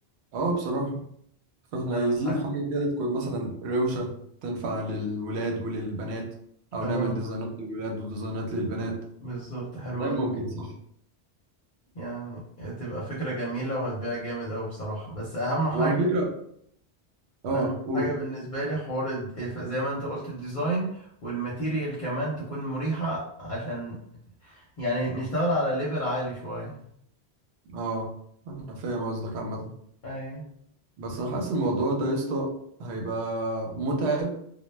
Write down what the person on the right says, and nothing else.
اه بصراحة فاحنا
عايزين حاجة كده تكون مثلا روشة تنفع للولاد وللبنات أو
نعمل ديزاينات للولاد وديزاينات للبنات
والله ممكن صح
وعلى فكرة اه
قول
اه أنا فاهم قصدك عامة
بس أنا حاسس الموضوع ده يا اسطى هيبقى متعب